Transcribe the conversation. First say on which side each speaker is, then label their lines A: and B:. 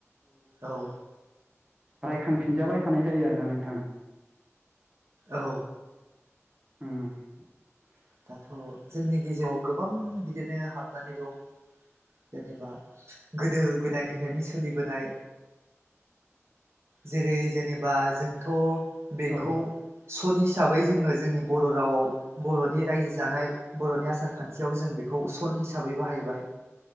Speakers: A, on the right (about 60°); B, on the right (about 20°).
A: औ
B: रायखांफिनजाबाय थानाय जायो आरोना नोंथां
A: औ
B: उम
A: दाथ' जोंनि गेजेराव गोबां बिदिनो हाबनानै दं जेनेबा गोदो - गोदायनिफ्रायनो सोलिबोनाय जेरै जेनेबा जोंथ' बेखौ
B: औ
A: सद हिसाबै जोङो जोंनि बर' रावाव बर'नि रायजो जानाय बर'नि आसार - खान्थियाव जों बेखौ हिसाबै बाहायबाय